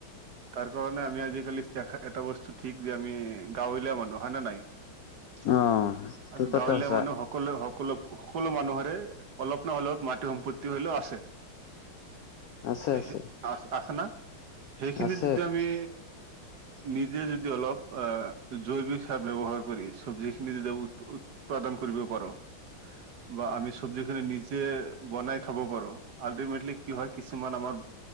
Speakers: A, on the right; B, on the left.
A: তাৰ কাৰণে আমি আজিকালি দেখা এটা বস্তু ঠিক যে আমি গাঁৱলীয়া মানুহ হয়না নাই
B: অ', সেইটো
A: আমি
B: কথা
A: গাঁৱলীয়া
B: সঁচা
A: মানুহ সকলো সকলো সকলো মানুহৰে অলপ নহলেওঁ মাটি সম্পত্তি হলেওঁ আছে
B: আছে
A: সে
B: আছে
A: আ আছে না সেইখিনি
B: আছে
A: যদি আমি
B: <unintelligible>
A: নিজে যদি অলপ আহ জৈৱিক সাৰ ব্যৱহাৰ কৰি চব্জিখিনি যদি <unintelligible> উৎপাদান কৰিব পাৰো বা আমি চব্জি খিনি নিজে বনাই খাব পাৰো আল্টিমেটলি কি হয় কিছুমান আমাৰ